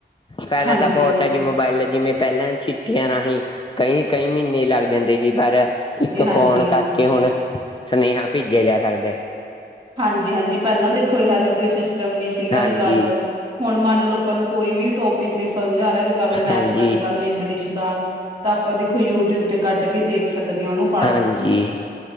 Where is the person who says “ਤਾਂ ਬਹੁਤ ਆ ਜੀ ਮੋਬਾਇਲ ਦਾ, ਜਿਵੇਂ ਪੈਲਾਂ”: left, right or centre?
Left